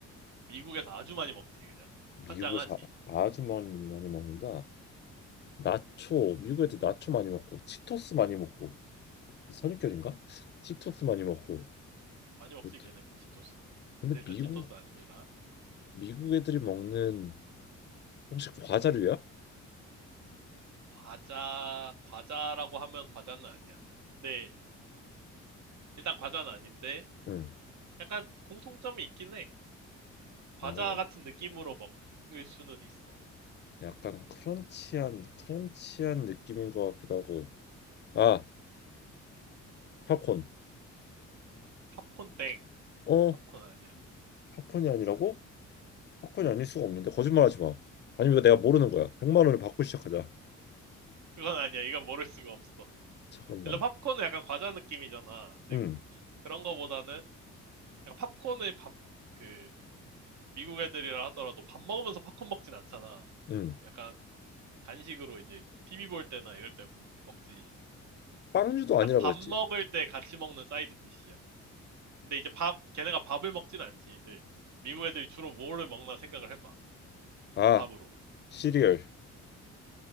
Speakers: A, on the right (about 65°); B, on the left (about 35°).
A: 미국에서 아주 많이 먹지, 그냥.
B: 미국에서
A: 환장하지.
B: 아- 아주 많이 많이 먹는다. 나초 미국 애들 나초 많이 먹고 치토스 많이 먹고 선입견인가? 치토스 많이 먹고
A: 많이 먹지,
B: 그렇다.
A: 걔네 치토스.
B: 근데
A: 근데 일단
B: 미국
A: 치토스 아닙니다.
B: 미국 애들이 먹는 혹시 과자류야?
A: 과자, 과자라고 하면 과자는 아니야. 근데 일단 과자는 아닌데
B: 응.
A: 약간 공통점이 있긴 해. 과자
B: 어,
A: 같은 느낌으로 먹을 수는 있어.
B: 약간 크런치한 크런치한 느낌인 것 같기도 하고. 아, 팝콘.
A: 팝콘 땡.
B: 어,
A: 팝콘 아니야.
B: 팝콘이 아니라고? 사건이
A: 음.
B: 아닐 수가 없는데 거짓말하지 마. 아니면 이거 내가 모르는 거야. 100만 원을 받고 시작하자.
A: 그건 아니야. 이건 모를 수가 없어.
B: 잠깐만.
A: 일단 팝콘은 약간 과자 느낌이잖아. 근데
B: 응,
A: 그런 거보다는 약간 팝콘을 밥, 그 미국 애들이라 하더라도 밥 먹으면서 팝콘 먹진 않잖아.
B: 응.
A: 약간 간식으로 이제 TV 볼 때나 이럴 때 먹지.
B: 빵류도
A: 딱
B: 아니라
A: 밥
B: 그랬지.
A: 먹을 때 같이 먹는 사이드 디시야. 근데 이제 밥, 걔네가 밥을 먹진 않지. 이제 미국 애들이 주로 뭐를 먹나 생각을 해봐.
B: 아,
A: 밥으로.
B: 시리얼.